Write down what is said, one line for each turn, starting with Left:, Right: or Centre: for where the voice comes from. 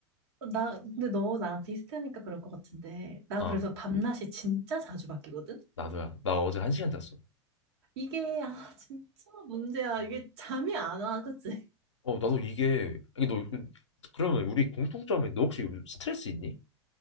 Right: 나, 근데 너 나랑 비슷하니까 그럴 것 같은데. 나
Left: 어
Right: 그래서 밤낮이 진짜 자주 바뀌거든?
Left: 나도야. 나 어제 한 시간 잤어.
Right: 이게, 아, 진짜 문제야.
Left: 어
Right: 이게 잠이 안 와, 그치?
Left: 어, 나도 이게 이게 너 그, 그러면 우리 공통점이 너 혹시 스트레스 있니?